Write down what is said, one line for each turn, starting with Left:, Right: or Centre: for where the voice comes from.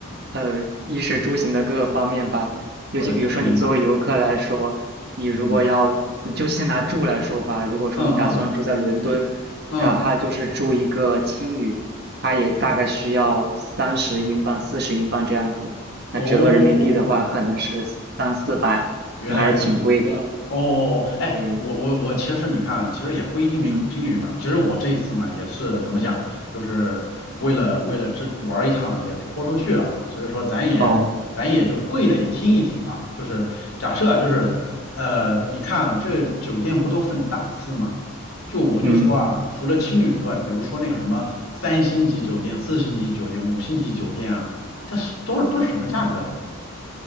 Right: 呃，衣食住行的各个方面吧。尤其比如说你作为游客来说，
Left: 我的天呐，
Right: 你如果要，
Left: 嗯
Right: 你就先拿住来说吧。如果说你打算住在伦敦，
Left: 嗯嗯嗯，
Right: 你哪怕就是住一个青旅，它也大概需要三十英镑、四十英镑这样子。
Left: 哦，
Right: 那折合人民币的话，可能是三四百，
Left: 原来如此。
Right: 就还是挺贵的。
Left: 哦哦哦，哎，
Right: 对，
Left: 我我我其实你看，其实也不一定只青旅嘛。
Right: 嗯，
Left: 其实我这一次嘛，也是怎么讲，就是为了为了这玩儿一趟，也是豁出去了啊。所以说咱也咱也就是贵的也听一听啊。
Right: 哦，
Left: 就是假设啊，就是呃，你看这个酒店不都分档次嘛？就我就说啊，
Right: 嗯。
Left: 除了青旅之外，比如说那个什么三星级酒店、四星级酒店、五星级酒店啊，它是都是都是什么价格啊？